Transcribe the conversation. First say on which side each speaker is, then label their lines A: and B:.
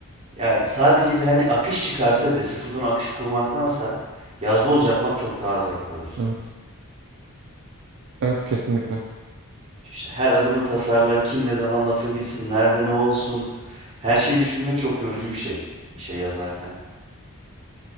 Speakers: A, on the right; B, on the right.
A: Ya sadece bir hani akış çıkarsa bile sıfırdan akış kurmaktansa yazboz yapmak çok daha az vakit alır.
B: Evet. Evet kesinlikle.
A: Çünkü işte her adımı tasarla, kim ne zaman lafa girsin, nerede ne olsun. Her şeyi düşünmek çok yorucu bir şey. Bir şey yazarken.